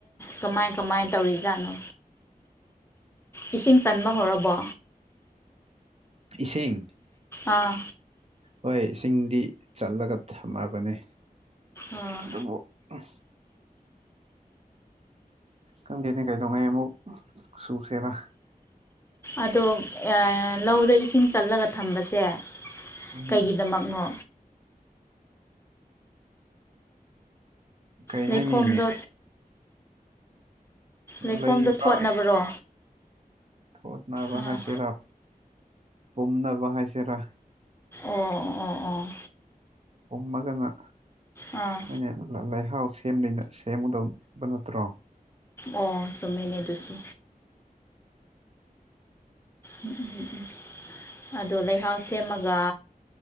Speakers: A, on the left (about 15°); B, on the right (about 45°).
A: ꯀꯃꯥꯏ ꯀꯃꯥꯏ ꯇꯧꯔꯤꯖꯥꯠꯅꯣ ꯏꯁꯤꯡ ꯆꯟꯕ ꯍꯧꯔꯕꯣ
B: ꯏꯁꯤꯡ
A: ꯑꯥ
B: ꯍꯣꯏ ꯏꯁꯤꯡꯗꯤ ꯆꯠꯂꯒ ꯊꯝꯃꯕꯅꯤ
A: ꯑꯥ
B: ꯑꯗꯨꯕꯨ ꯎꯝ ꯈꯪꯘꯦꯅꯦ ꯀꯩꯗꯧꯉꯥꯏꯃꯨꯛ ꯁꯨꯁꯦꯔ
A: ꯑꯗꯣ ꯂꯧꯗ ꯏꯁꯤꯡ ꯆꯠꯂꯒ ꯊꯝꯕꯁꯦ
B: ꯎꯝ
A: ꯀꯩꯒꯤꯗꯃꯛꯅꯣ
B: ꯀꯔꯤ
A: ꯂꯩꯈꯣꯝꯗꯣ
B: ꯍꯥꯏꯅꯤ
A: ꯂꯩꯈꯣꯝꯗ
B: ꯂꯩꯕ
A: ꯊꯣꯠꯅꯕꯔꯣ
B: ꯊꯣꯠꯅꯕ
A: ꯑꯥ
B: ꯍꯥꯏꯁꯤꯔꯥ ꯄꯨꯝꯅꯕ ꯍꯥꯏꯁꯤꯔꯥ
A: ꯎ ꯎꯥ ꯎꯝ
B: ꯄꯨꯝꯃꯒꯅ
A: ꯑꯥ
B: ꯑꯩꯈꯣꯏꯅ ꯂꯩꯍꯥꯎ ꯁꯦꯝ ꯁꯦꯝꯒꯗꯕ ꯅꯠꯇ꯭ꯔꯣ
A: ꯑꯣ ꯆꯨꯝꯃꯦꯅꯦ ꯑꯗꯨꯁꯨ ꯎꯝ ꯎꯝ ꯎꯝ ꯎꯝ ꯑꯗꯣ ꯂꯩꯍꯥꯎ ꯁꯦꯝꯃꯒ